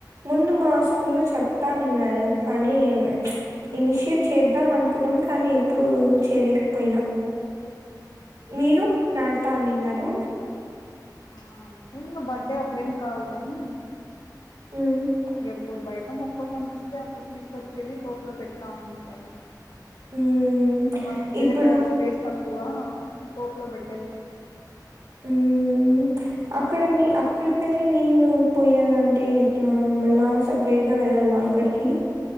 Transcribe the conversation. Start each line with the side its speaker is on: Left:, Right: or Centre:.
Right: ముందు మా స్కూలో చెప్తానీన్నారు కానీ చ్చ్ ఇనిషియేట్ చేద్దాం అనుకున్నాం కానీ ఎప్పుడు చేయలేకపోయినా మీరు నాడతా ఉనిన్నారా?
Left: హా అంటే ఇంకా బర్త్డే అప్పుడేం కాదు. కానీ
Right: ఉమ్
Left: ఎప్పుడు బయట మొక్కలు కనిపిస్తే అప్పుడు తీసుకొచ్చేది తోట్లో పెడతా ఉండేది. <inaudible>
Right: మ్మ్
Left: ఇంకా మాకు ఇంటి
Right: ఇప్పుడు
Left: దగ్గర స్పేస్ తక్కువ తోట్లో పెట్టేస్తాను.
Right: ఉమ్ అక్కడ నీ అక్కడికి వెళ్ళి నీళ్ళు పోయాలంటే ఎట్లా మళ్ళా సపరేట్ గా వెళ్ళాలా అక్కడికి